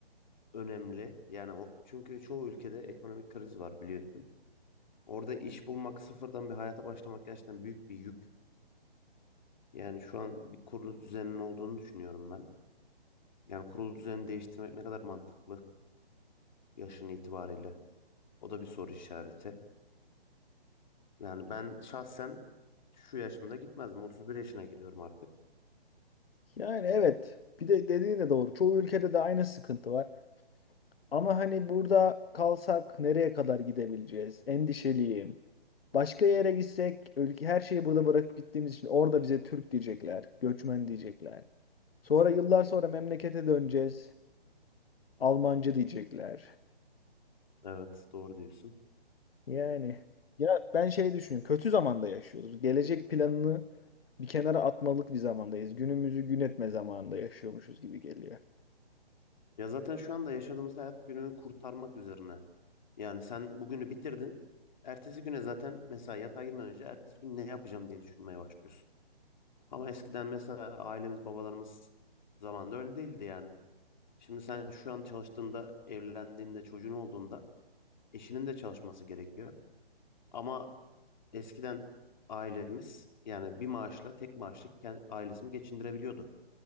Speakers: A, on the left (about 45°); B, on the left (about 65°).
A: önemli. Yani o, çünkü çoğu ülkede ekonomik kriz var biliyorsun. Orada iş bulmak, sıfırdan bir hayata başlamak gerçekten büyük bir yük. Yani şu an bir kurulu düzenin olduğunu düşünüyorum ben. Yani kurulu düzeni değiştirmek ne kadar mantıklı yaşın itibariyle? O da bir soru işareti. Yani ben şahsen şu yaşımda gitmezdim. 31 yaşına giriyorum artık.
B: Yani evet. Bir de dediğin de doğru. Çoğu ülkede de aynı sıkıntı var. Ama hani burada kalsak nereye kadar gidebileceğiz? Endişeliyim. Başka yere gitsek ülke her şeyi burada bırakıp gittiğimiz için orada bize Türk diyecekler, göçmen diyecekler. Sonra yıllar sonra memlekete döneceğiz. Almancı diyecekler.
A: Evet, doğru diyorsun.
B: Yani ya ben şey düşünüyorum. Kötü zamanda yaşıyoruz. Gelecek planını bir kenara atmalık bir zamandayız. Günümüzü gün etme zamanında yaşıyormuşuz gibi geliyor.
A: Ya zaten şu anda yaşadığımız hayat günü kurtarmak üzerine. Yani sen bugünü bitirdin. Ertesi güne zaten mesela yatağa girmeden önce ertesi gün ne yapacağım diye düşünmeye başlıyorsun. Ama eskiden mesela ailemiz, babalarımız zamanında öyle değildi yani. Şimdi sen şu an çalıştığında, evlendiğinde, çocuğun olduğunda eşinin de çalışması gerekiyor. Ama eskiden ailemiz yani bir maaşla tek maaşla kend- ailesini geçindirebiliyordu.